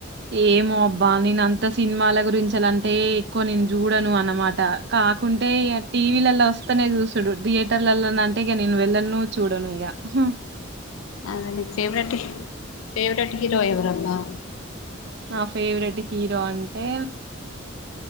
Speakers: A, on the right; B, on the left.
A: ఏమో అబ్బా నేన అంత సినిమాల గురించింటే ఎక్కువ నేను చూడను అన్న మాట కాకుంటే ఇ టీవీలలా వస్తేనే చూసుడు థియేటర్లల అంటే ఇక నేను వెళ్ళను చూడను ఇక హ
B: అదే నీ ఫవెట్ ఫేవరేట్ హీరో ఎవరబ్బా
A: నా ఫేవరెట్ హీరో అంటే